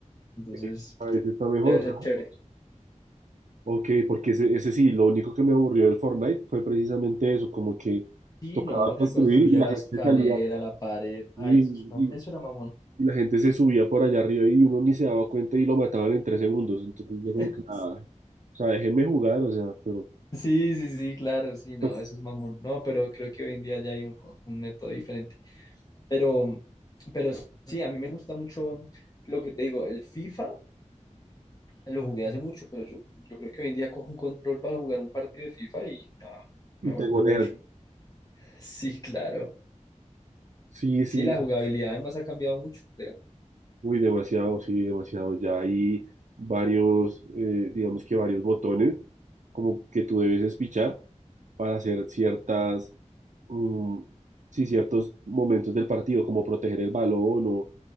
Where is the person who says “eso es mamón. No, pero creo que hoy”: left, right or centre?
Left